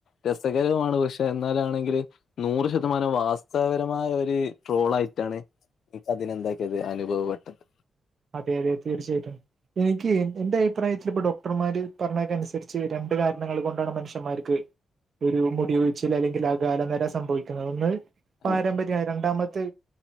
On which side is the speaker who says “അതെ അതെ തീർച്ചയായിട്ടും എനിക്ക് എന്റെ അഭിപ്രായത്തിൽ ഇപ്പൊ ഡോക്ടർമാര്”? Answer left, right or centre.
Right